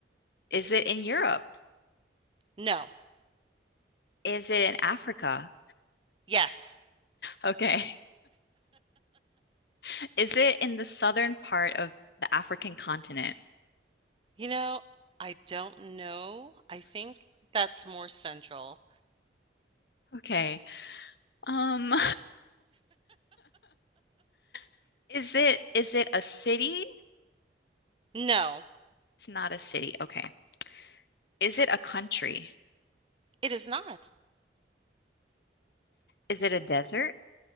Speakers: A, on the left; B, on the right.
A: Is it in Europe?
B: No.
A: Is it in Africa?
B: Yes.
A: Okay. <laughs> Is it in the southern part of the African continent? <laughs>
B: You know, I don't know. I think that's more central.
A: Okay. Um, <laughs> is it is it a city?
B: No,
A: It's not a city. Okay. Is it a country?
B: it is not.
A: Is it a desert?